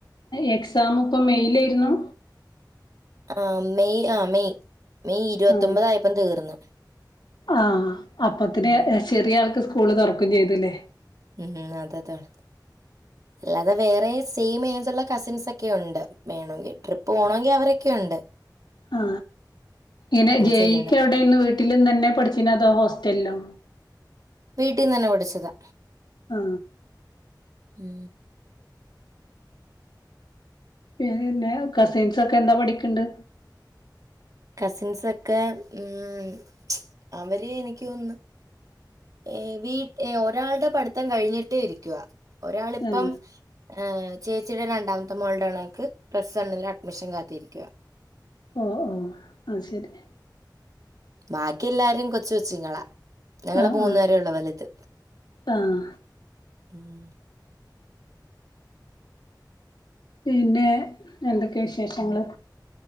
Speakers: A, on the left (about 75°); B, on the right (about 50°).
A: എക്സാമ് പ്പം മെയ്ലായിരുന്നു
B: ആ മെയ് ആ മെയ് മെയ് ഇരുപത്തൊമ്പതായപ്പം
A: ആ
B: തീർന്നു
A: ആ അപ്പത്തിന്
B: ഉം
A: എ ചെറിയ ആൾക്ക് സ്കൂ കൂള് തൊർക്കും ചെയ്ത് ലേ
B: ഉം ഉം അതതാണ് അല്ലാതെ വേറെസ് സെയിം ഏജ് ള്ള കസിൻസൊക്കെ ഉണ്ട് വേണെങ്കി ട്രിപ്പ് പോണെങ്കി അവരൊക് ക്കെയുണ്ട്
A: ആ എനെ ജെഈയ്ക്കവിടെന്ന്
B: ചെയ്യണം
A: വീട്ടില്ന്നന്നെ പഠിച്ചിനതോ ഹോസ്റ്റലിലോ
B: വീട്ടിന്നെന്നെ പഠിച്ചതാ
A: ആ
B: ഉം
A: പിന്നെ കസിൻസ് ഒക്കെ എന്താ പഠിക ണ്ട്
B: കസിൻസൊക്കെ ഉം അവര് എനിക്ക് തോന്നുന്ന് ഏ വീ ഒരാളുടെ പഠിത്തം കഴിഞ്ഞിട്ട് ഇരിക്കുവാ ഒരാളിപ്പം
A: ആഹ്
B: ഏ ചേച്ചിയുടെ രണ്ടാമത്തെ മോള്ടെ ണക്ക് പ്ലസ് വണ്ണിൽ അഡ്മിഷൻ കാത്തിരിക
A: ഓ ഓ ആ ശരി
B: ബാക്കി എല്ലാരും കൊച്ച് കൊച്ചുങ്ങളാ ഞങ്ങള്
A: ആഹ്
B: മൂന്നു
A: ആഹ്
B: പേരെ ഉള്ളൂ വലുത്
A: ആഹ്
B: ഉം
A: പിന്നെ എന്തൊ ക്കെ വിശേഷങ്ങള്
B: ഉം.